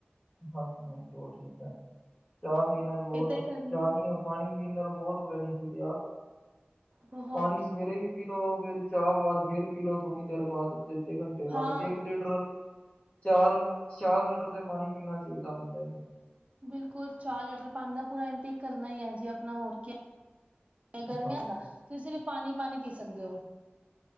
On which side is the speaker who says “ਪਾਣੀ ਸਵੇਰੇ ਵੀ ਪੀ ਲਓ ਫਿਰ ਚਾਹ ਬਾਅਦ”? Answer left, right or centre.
Left